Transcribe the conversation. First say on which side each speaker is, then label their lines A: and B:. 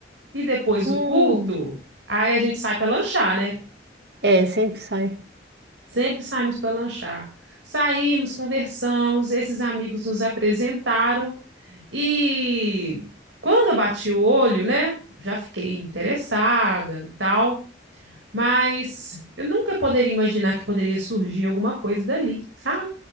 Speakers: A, on the right; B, on the right.
A: E depois
B: Hum,
A: do culto, aí a gente sai para lanchar, né?
B: é, sempre sai.
A: Sempre saímos para lanchar. Saímos, conversamos, esses amigos nos apresentaram e quando eu bati o olho, né, já fiquei interessada e tal, mas eu nunca poderia imaginar que poderia surgir alguma coisa dali, sabe?